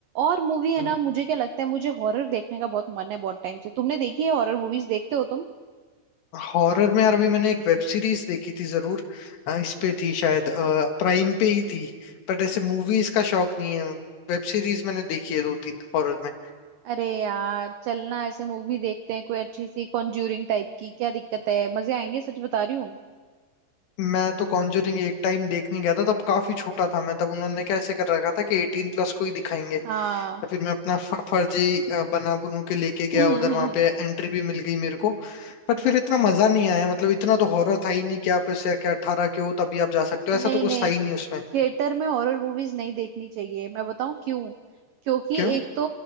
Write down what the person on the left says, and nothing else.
हाँ।
हॉरर में यार अभी मैंने एक वेब सीरीज देखी थी जरूर अ, इस पे थी शायद प्राइम पे ही थी बट ऐसे मूवीज का शौक नहीं है वेब सीरीज मैंने देखी है दो तीन हॉरर में
मैं तो कॉन्जरिंग एक टाइम देखने गया था तब काफी छोटा था मैं तब उन्होंने कैसे कर रखा था कि एटीन प्लस को ही दिखाएंगे
तो फिर मैं अपना फ- फर्जी अ, बना बनू के लेके गया
उधर वहां पे एंट्री भी मिल गई मेरे को बट
फिर इतना मजा नहीं आया मतलब इतना तो हॉरर था ही नहीं कि आप ऐसे कि अठारह के हो तभी आप जा सकते हो ऐसा
तो कुछ
था ही नहीं उसमें
क्यों